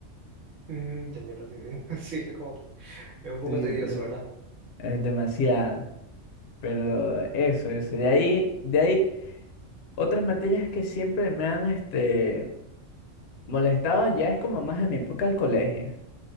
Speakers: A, on the right; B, on the left.
A: Mm, entendiendo, entendiendo. <laughs> Sí, es como que es un poco
B: Sí,
A: tedioso,
B: te lo-
A: ¿verdad?
B: es demasiado. Pero eso, eso. De ahí, de ahí, otras materias que siempre me han este, molestado ya es como más en mi época del colegio.